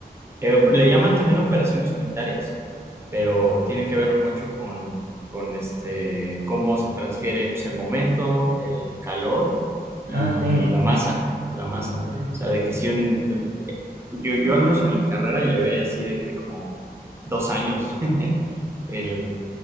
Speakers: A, on the right; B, on the right.
A: Eh, le llaman también operaciones unitarias, pero tiene que ver mucho con, con este, cómo se transfiere pues, el momento, el calor y
B: Ah, sí.
A: la masa, la masa.
B: Mm,
A: O sea, de que si un, yo, yo al menos en la carrera llevé así de que como dos años. <laughs> El,